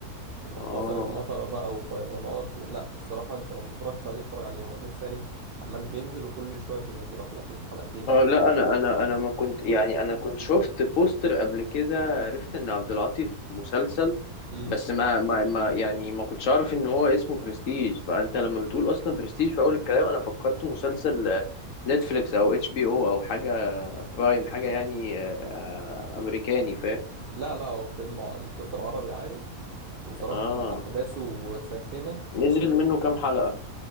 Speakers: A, on the right; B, on the left.
A: حصلت
B: اه
A: مطره بقى وفيضانات و... لا الصراحه انت لو ما اتفرجتش عليه اتفرج عليه هو لسه يعني عمال بينزل وكل شويه بينزلوا حلقتين في حلقتين
B: اه
A: يعني
B: لا انا انا انا ما كنت يعني انا كنت شفت بوستر قبل كده عرفت ان عبد العاطي في مسلسل
A: امم
B: بس ما ما ما يعني ما كنتش اعرف ان هو اسمه برستيج فانت لما بتقول اصلا برستيج في اول الكلام انا فكرت مسلسل آه، نتفليكس او اتش بي او او حاجه برايم حاجه يعني آه، آه، امريكاني فاهم
A: لا لا هو فيلم ع- مسلسل عربي عادي وصراحه
B: اه
A: احداثه ساخنه
B: نزل منه كام حلقه